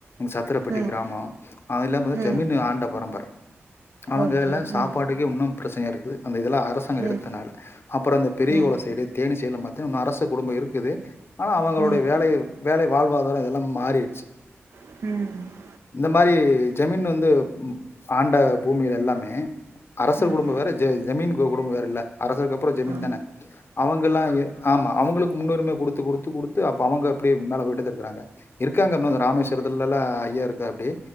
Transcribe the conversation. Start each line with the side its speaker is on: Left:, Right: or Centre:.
Left: சத்திரப்பட்டி
Right: ம்.
Left: கிராமோ அது எல்லாம பாத்த
Right: ம்.
Left: ஜமீனு ஆண்ட பரம்பர அவங்க
Right: ஓகே.
Left: எல்லா சாப்பாட்டுக்கே
Right: ம்.
Left: இன்னு ப்ரச்சனையா இருக்கு அந்த இதுல அரசு
Right: ம்
Left: அப்புறோ இந்த பெரிகுளோ
Right: ம்.
Left: சைடு தேனி சைட்லா பாத்த இன்னு அரச குடும்போ இருக்குது ஆனா அவங்களுடைய
Right: ம்.
Left: வேலை வேலை வாழ்வாதாரோ எல்லா மாறிடுச்சு
Right: ம்
Left: இந்த மாரி ஜமீன் வந்து ஆண்ட பூமியில எல்லாமே அரச
Right: ம்.
Left: குடும்ப வேற ஜ ஜமீன் குடும்ப வேறல்ல அரசருக் அப்றோ ஜமீன்
Right: ஆ.
Left: தானே அவங்கல்லா ஆமா அவங்களுக் முன்னுரிமை குடுத்து குடுத்து குடுத்து அப்ப அவங்க அப்டி மேல போய்ட்டுதா இருக்குறாங்க இருக்காங்க இன்னு இந்த ராமேஸ்வரத்துலல்லா ஐயா இருக்கா ஆப்டி